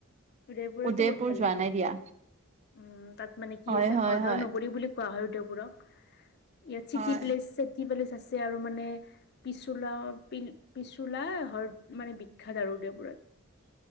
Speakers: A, on the left; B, on the right.
A: উদয়পুৰতো
B: উদয়পুৰ
A: বহুত ভাল
B: যোৱা
A: লাগে
B: নাই দিয়া
A: উম তাত মানে কি
B: হয়
A: আছে
B: হয়
A: হ্ৰদৰ
B: হয়
A: নগৰী বুলি কোৱা হয়। এইবোৰক ইয়াত চিটি
B: হয়
A: প্লেচ চেটি প্লেচ। আছে আৰু মানে পিছুলা পিল পিছুলা হৰ মানে। <unintelligible> শিক্ষা আৰু উদয়পুৰ